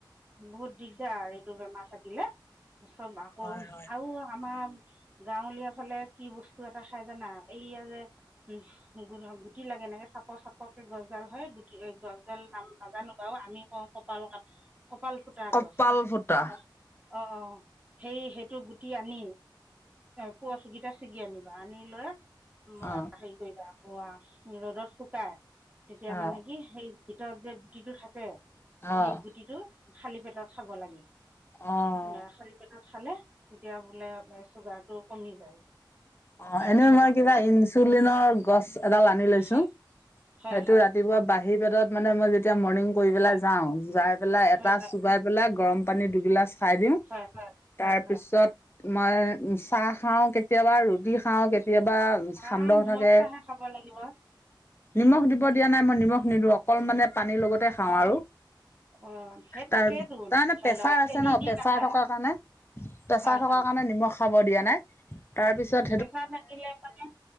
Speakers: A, on the right (about 20°); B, on the left (about 30°).
A: বহুত দিগদাৰ এইটো বেমাৰ থাকিলে। চব আকৌ
B: হয়, হয়।
A: আৰু আমাৰ গাঁৱলীয়া ফালে কি বস্তু এটা খাই জানা, এইয়া যে উম গুটি লাগে এনেকে চাপৰ চাপ কে গছডাল হয়, গুটি গছডাল নাম নাজানো বাৰু, আমি কওঁ কপাল কা কপাল ফুটা
B: কপাল
A: গছ।
B: ফুটা।
A: অ' অ' সেই সেই টো গুটি আনি পুৱ চকিটা ছিগি আনিবা। আনি লৈ ম
B: অ',
A: হেৰি কৰিবা অ'ৱা, ৰ'দত শুকাই, তেতিয়া
B: অ',
A: মানে কি সেই ভিতৰত যে গুটিটো থাকে
B: অ',
A: সেই গুটিটো খালি পেটত খাব লাগে।
B: অ',
A: এ খালি পেটত খালে, তেতিয়া বোলে চুগাৰ টো কমি যায়।
B: অ'
A: তাৰপিছত
B: এনেই মই
A: আকৌ
B: কিবা ইনচুলিনৰ গছ এডাল আনি লৈছো
A: হয় হয়
B: সেইটো
A: হয়
B: ৰাতিপুৱা বাহি পেটত মানে মই যেতিয়া মৰ্ণং কৰি পেলাই
A: হয়
B: যাওঁ, যাই পেলাই এটা
A: হয় হয়
B: চুবাই পেলাই গৰম পানী দুগিলাচ খাই দিওঁ,
A: হয় হয় হয়
B: তাৰপিছত
A: হয়
B: মই চাহ খাওঁ কেতিয়াবা, ৰুটি খাওঁ কেতি কেতিয়াবা
A: চাহ
B: সান্দহ
A: নিমখ
B: থাকে,
A: চাহে খাব লাগিব
B: নিমখ দিব দিয়া নাই মই নিমখ নিদো, অকল মানে পানীৰ লগতে
A: অঁ
B: খাওঁ আৰু
A: অঁ সেই তাকেতো
B: তাৰপি তাৰমানে
A: ধৰি
B: প্ৰেছাৰ
A: লওক
B: আছে
A: চেনি
B: ন,
A: দি
B: প্ৰেছাৰ
A: নাখায়
B: থকা কাৰণে প্ৰছাৰ
A: হয়
B: থকা
A: হয়
B: কাৰণে নিমখ খাব দিয়া নাই। তাৰপিছত
A: প্ৰচাৰ থাকিলে মানে